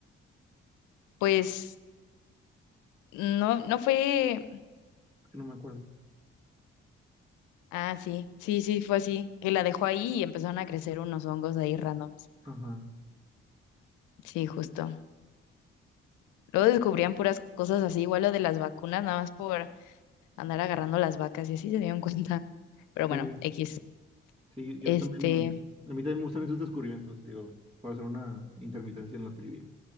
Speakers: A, on the left; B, on the right.
A: pues no, no fue.
B: Es que no me acuerdo.
A: Ah, sí, sí, sí, fue así. Que la dejó ahí y empezaron a crecer unos hongos ahí randoms.
B: Ajá.
A: Sí, justo. Luego descubrían puras cosas así, igual lo de las vacunas, nada más por andar agarrando las vacas y así se dieron cuenta. <laughs> Pero
B: Sí,
A: bueno, X.
B: sí, yo
A: Este.
B: también, a mí también me gustan esos descubrimientos, digo, para hacer una intermitencia en la trivia.